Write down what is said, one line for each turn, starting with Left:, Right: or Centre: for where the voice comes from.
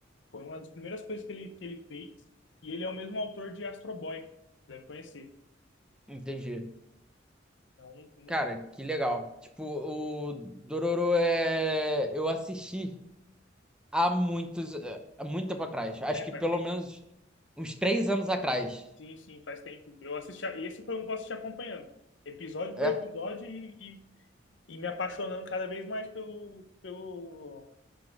Left: Foi uma das primeiras coisas que ele, que ele fez. E ele é o mesmo autor de Astro Boy, deve conhecer.
Centre: Entendi.
Left: É um, um
Centre: Cara, que legal. Tipo, o Dororo é. Eu assisti. há muitos, eh, há muito tempo atrás. Acho
Left: É,
Centre: que
Left: faz
Centre: pelo
Left: tempo.
Centre: menos uns três anos atrás.
Left: Sim, sim, faz tempo. Eu assisti. a- Esse foi um que eu assisti acompanhando. Episódio
Centre: É?
Left: por episódio e, e, e me apaixonando cada vez mais pelo, pelo,